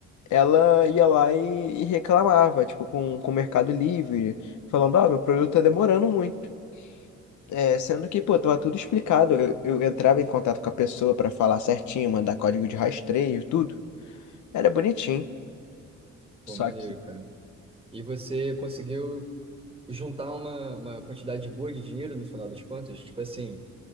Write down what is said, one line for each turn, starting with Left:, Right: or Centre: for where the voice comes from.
Left: ela ia lá e, e reclamava, tipo, com, com o Mercado Livre, falando, ó, meu produto tá demorando muito. É, sendo que, pô, tava tudo explicado. Eu, eu entrava em contato com a pessoa pra falar certinho, mandar código de rastreio, tudo. Era bonitinho. Só
Right: Pô, maneiro,
Left: que
Right: cara. E você conseguiu juntar uma, uma quantidade boa de dinheiro no final das contas? Tipo assim,